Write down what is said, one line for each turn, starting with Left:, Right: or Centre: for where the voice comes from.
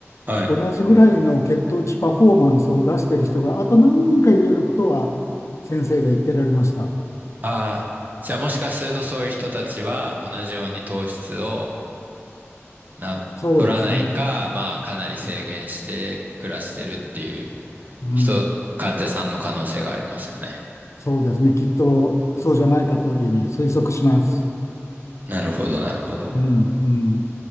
Right: い。はい。
Left: 同じぐらいの血糖値パフォーマンスを出している人があと何人かいるようなことは先生が言ってられました。
Right: ああ、じゃあもしかするとそういう人たちは同じように糖質をな、
Left: そうですね。
Right: 取らないか、まあかなり制限して暮らしてるっていう
Left: うん。
Right: 人、患者さんの可能性がありますよね。
Left: そうですね。きっとそうじゃないかというふうに推測します。
Right: なるほど、なるほど。
Left: うん、うん。